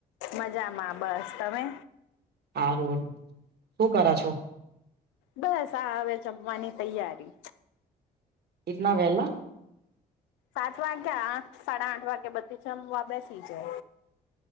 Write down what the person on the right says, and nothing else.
હારુ શું કર છો.
એટના વહેલા